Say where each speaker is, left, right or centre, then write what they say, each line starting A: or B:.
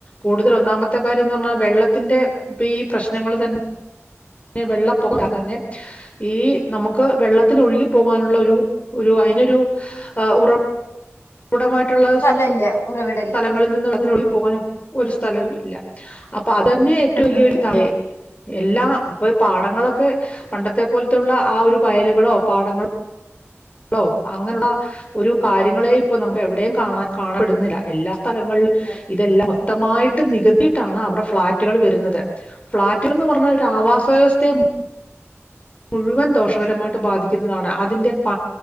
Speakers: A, on the left; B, on the left.
A: കൂടുതൽ ഒന്നാമത്തെ കാര്യന്ന് പറഞ്ഞാ വെള്ളത്തിന്റെ ഈ പ്രശ്നങ്ങൾ തന്നെ വെള്ളപ്പൊക്കം തന്നെ ഈ നമുക്ക് വെള്ളത്തിന് ഒഴുകി പോകാനുള്ള ഒരു ഒരു അതിനൊരു ഉറ വിടമായിട്ടുള്ള
B: സ്ഥലല്ല
A: സ്ഥലങ്ങളിൽ
B: ഉറവിടല്ല
A: നിന്ന് അതിന് ഒരു പോകൻ ഒരു സ്ഥലവും ഇല്ല അപ്പൊ അതന്നെയ ഏറ്റവും
B: കിട്ടണില്ല
A: വല്യൊ ഒരുക എല്ലാം ഇപ്പൊ പാടങ്ങളൊക്കെ പണ്ടത്തെ പോലത്തുള്ള ആ ഒരു വയലുകളോ പാടങ്ങളോ ആള്ളോ അങ്ങനെയുള്ള ഒരു കാര്യങ്ങളെ ഇപ്പൊ നമ്മ എവിടെയും കാണ കാണപ്പെടുന്നില്ല എല്ലാ സ്ഥലങ്ങളിൽ
B: കിട്ടാൻ
A: ഇതെല്ലാം മൊത്തമായിട്ട് നികത്തി ന്നിട്ടാണ് അവിടെ ഫ്ളാറ്റുകൾ വെരുന്നത് ഫ്ളാറ്റുകൾ എന്ന് പറഞ്ഞാൽ ഒരു ആവാസ വ്യവസ്തേം
B: ഉം
A: മുഴുവൻ ദോഷകരമായിട്ട് ബാധിക്കുന്നതാണ് അതിന്റെ പ